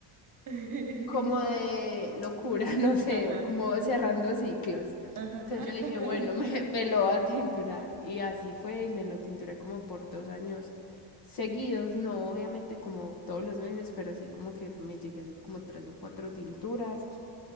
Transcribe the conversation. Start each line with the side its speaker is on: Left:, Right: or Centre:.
Right: <laughs>
Left: como de locura, <laughs> no sé,
Right: Ajá,
Left: como cerrando ciclos.
Right: ajá.
Left: Entonces
Right: <laughs>
Left: yo dije, bueno, me, me lo voy a tinturar. Y así fue, y me lo tinturé como por dos años seguidos, no obviamente como todos los meses, pero sí como que me llegué a hacer como tres o cuatro tinturas.